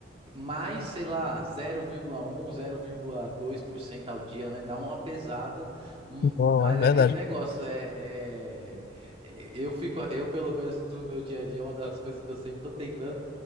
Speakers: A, on the right; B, on the left.
A: mais, sei lá, zero zero vírgula vírgula um zero vírgula dois por cento ao dia, né? Dá uma pesada, hum,
B: Bom,
A: mas
B: é verdade.
A: é aquele negócio, é, é- é- eu fico, eu pelo menos no meu dia a dia, é uma das coisas que eu sempre tô tentando